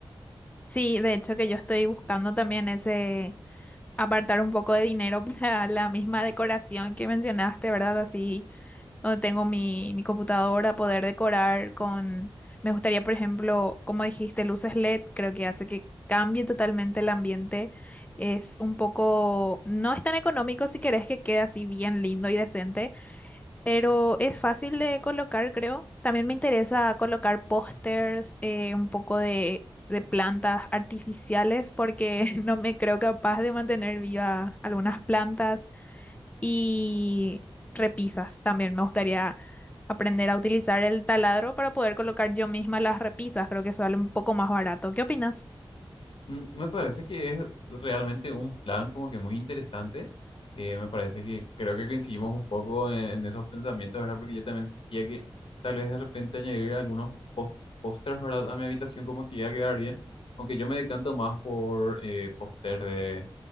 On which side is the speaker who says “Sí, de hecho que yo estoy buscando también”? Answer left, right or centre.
Left